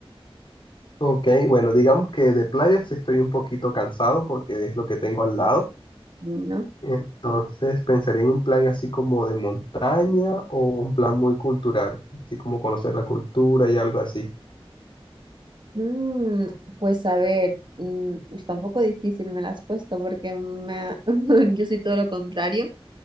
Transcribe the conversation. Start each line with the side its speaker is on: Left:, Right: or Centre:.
Left: Ok, bueno, digamos que de playas estoy un poquito cansado porque es lo que tengo al lado.
Right: ¿no?
Left: Entonces pensaría en un plan así como de montaña o un plan muy cultural, así como conocer la cultura y algo así.
Right: Mm, pues a ver, mm, está un poco difícil me la has puesto porque me ha- <laughs> yo soy todo lo contrario.